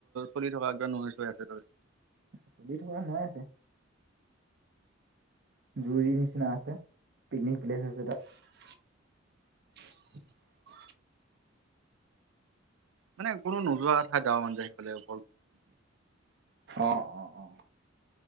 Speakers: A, on the right; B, on the right.
A: চলি থকা একবম নৈ চৈ আছে ত
B: চলি থকা নাই আছে। জুৰৰ নিচিনা আছে পিকনিক প্লেচ আছে তাত <inaudible>
A: মানে কোনো নোযোৱা কথা যাৱ মান য সফাললে
B: অ-অ-অ